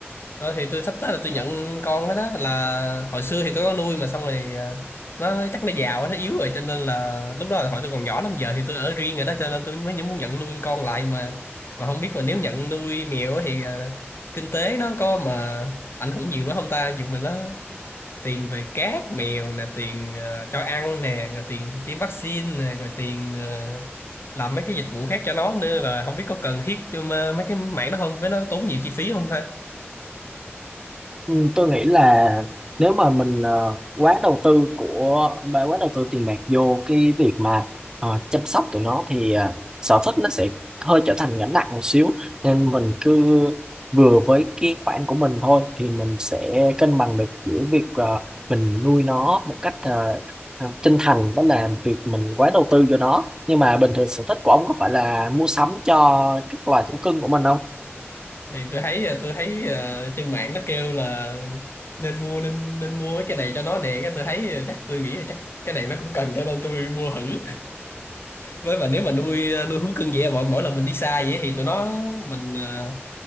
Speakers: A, on the left; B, on the right.
A: Ờ, thì tôi sắp tới là tôi nhận con đó, đó là hồi xưa thì tôi có nuôi mà xong rồi ờ, nó chắc nó già quá nó yếu rồi cho nên là lúc đó là hồi tôi còn nhỏ lắm giờ thì tôi ở riêng rồi đó cho nên tôi mới muốn nhận nuôi con con lại mà mà không biết mà nếu nhận nuôi mèo á thì ờ, kinh tế nó có mà ảnh hưởng nhiều lắm không ta dù mà nó tiền về cát mèo nè tiền ờ, cho ăn nè rồi tiền tiêm vaccine nè rồi tiền ờ, làm mấy cái dịch vụ khác cho nó nữa là không biết có cần thiết cho mà- mấy cái mạng đó không với nó tốn nhiều chi phí không ta
B: Ừ, tôi nghĩ là nếu mà mình ờ, quá đầu tư của bà quá đầu tư tiền bạc vô cái việc mà ờ, chăm sóc tụi nó thì ờ, sở thích nó sẽ hơi trở thành gánh nặng một xíu nên mình cứ vừa với cái khoản của mình thôi thì mình sẽ cân bằng được giữa việc ờ, mình nuôi nó một cách ờ, ờ, chân thành đó là việc mình quá đầu tư cho nó nhưng mà bình thường sở thích của ông có phải là mua sắm cho các loài thú cưng của mình không?
A: thì tôi thấy ờ, tôi thấy ờ, trên mạng nó kêu là nên mua nên nên mua mấy cái này cho nó nè cái tôi thấy ờ, chắc tôi nghĩ là chắc cái này nó cũng cần cho nên tôi mua thử với mà nếu mà nuôi ờ, nuôi thú cưng vậy mỗi mỗi lần mình đi xa vậy thì tụi nó mình ờ,